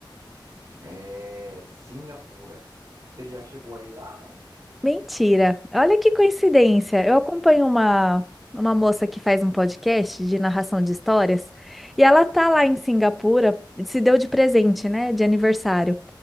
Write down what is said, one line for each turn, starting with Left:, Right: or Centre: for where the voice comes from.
Right: é Singapura. Você já chegou aí lá, não?
Centre: Mentira! Olha que coincidência! Eu acompanho uma, uma moça que faz um podcast de narração de histórias e ela tá lá em Singapura, se deu de presente, né? De aniversário.